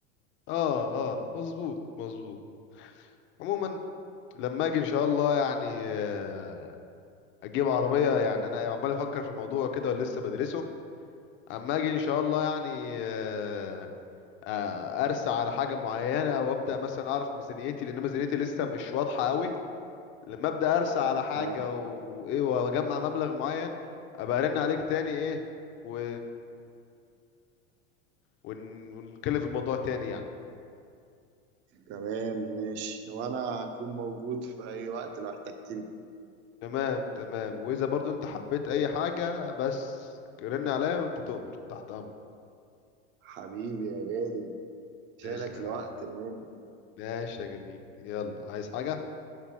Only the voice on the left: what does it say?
اه اه مظبوط مظبوط عموما لما اجي ان شاء الله يعني آه، اجيب عربيه يعني انا عمال افكر في الموضوع كده ولسه بدرسه اما اجي ان شاء الله يعني آه، آه، ارسى على حاجه معينه وابدا مثلا اعرف ميزانيتي لان ميزانيتي لسه مش واضحه قوي لما ابدا ارسى على حاجه
وايه واجمع مبلغ معين ابقى ارن عليك تاني ايه و ون... ونتكلم في الموضوع تاني يعني
تمام تمام واذا برضو انت حبيت اي حاجه بس رن عليا وانت تؤمر تحت امرك
تسلم يا
حبيبي.
ماشي يا جميل يلا عايز حاجه